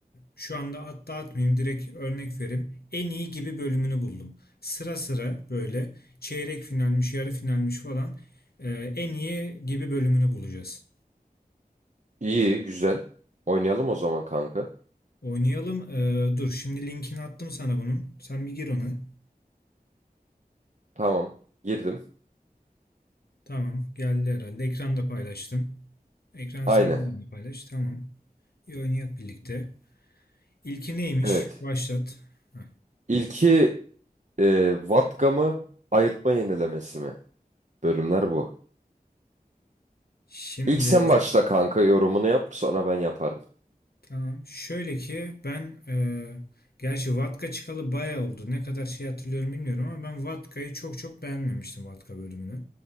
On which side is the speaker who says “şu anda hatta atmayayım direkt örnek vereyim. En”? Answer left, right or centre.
Left